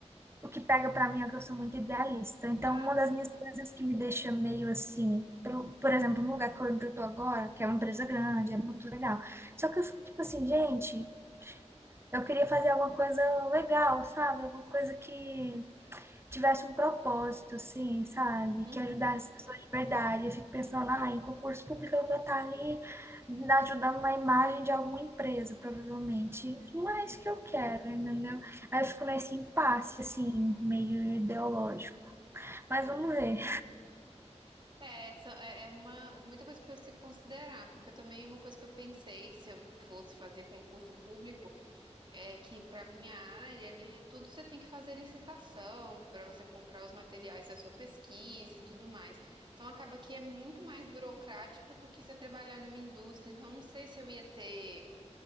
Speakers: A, on the right; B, on the right.
A: O que pega pra mim é que eu sou muito idealista. Então,
B: Ah,
A: uma das minhas coisas que me deixa meio assim, pelo- por exemplo, no lugar que eu que eu tô agora, que é uma empresa
B: hum,
A: grande, é muito legal. Só que eu fico tipo assim, gente, eu queria fazer alguma coisa legal, sabe? Alguma coisa que tivesse um propósito, assim, sabe?
B: uhum.
A: Que ajudasse as pessoas de verdade. Eu fico pensando, ah, em concurso público eu vou estar ali ajudando na imagem de alguma empresa, provavelmente. Não é
B: É,
A: isso que eu quero, entendeu? Aí eu fico nesse impasse, assim, meio ideológico. Mas vamos
B: é.
A: ver.
B: É, essa é é uma muita coisa para se considerar, porque também uma coisa que eu pensei se eu fosse fazer concurso público é que para minha área, né, tudo você tem que fazer licitação para você comprar os materiais da sua pesquisa e tudo mais. Então acaba que é muito mais burocrático do que você trabalhar numa indústria. Então não sei se eu ia ter